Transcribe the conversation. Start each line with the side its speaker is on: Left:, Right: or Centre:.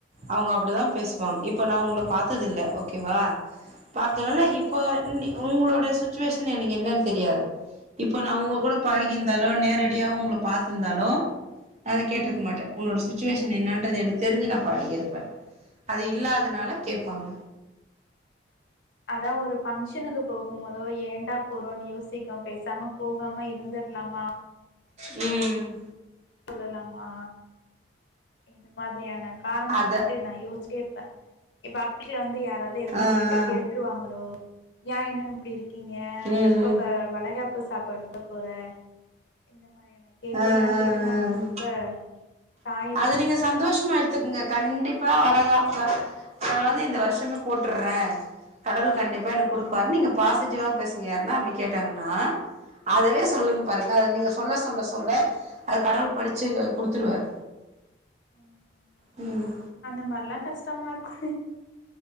Right: அவங்க அப்டிதா பேசுவாங்க இப்ப நா உங்க பாத்தது இல்ல ஓகேவா பாக்கலால்ல
Left: ம்
Right: இப்போ நி உங்களோட சுச்சுவேஷன் எனக்கு என்னன் தெரியாது இப்ப நா உங்க கூட பழகிந்தாலு நேரடியா உங்க பாத்துருந்தாலோ அத கேட்ருக்க
Left: ம்
Right: மாட்டே உன்னோட சுச்சுவேஸ் என்ன என்னன்றது என தெரிஞ்சு நா பழகிருப்பே அது இல்லாதனால
Left: ம் ம்
Right: கேப்பாங்க
Left: அதா ஒரு பஃங்க்ஷனுக்கு போகும் போதோ ஏண்டா போறோம்ன்னனு யோசிக்கு பேசாம போகாம இருந்திரலாமா
Right: ம்
Left: சொல்லலாமா இந்த மாதிரியானா காரண
Right: அத
Left: இரு நா யோசச்சிட்டே இருப்பே இப்ப வீட்ல வந் யாராவது எது
Right: ஆ
Left: நம்மள்ட்ட
Right: ஆ
Left: கேட்டுருவாங்களோ யா இன்னு இப்டிருக் இருக்கீங்க
Right: ம்
Left: எப்ப
Right: ம்
Left: க வளகாப் ப்பு சாப்பாடு போ போற இந்த மாரியா கேள்வி
Right: ஆ
Left: எல்லா
Right: ஆ
Left: கேட்டு நம்மள
Right: ஆ
Left: ரொம்ப காய
Right: அது நீங்க சந்தோஷமா எடுத்துக்குங்க கண்டிப்பா வளகாப்பு ந வந்து இந்த வருஷமே போட்டுறே <inaudible> கடல் கண்டிப்பா எனக் குடுப்பாரு
Left: ம்
Right: நீங்க பாசி ட்டிவா பேசுங்க என்னா அப்படி கேட்டாங்கன்னா அதவே சொல்லுங்க
Left: அ
Right: பாருங்க அத நீங்க சொல்ல சொன்ன சொ சொல்ல அத கடவுள் படிச்சு குடுத்துருவாரு
Left: ம்
Right: ம்
Left: அந்த மாரிலா கஸ் ட்டமா இருக்கு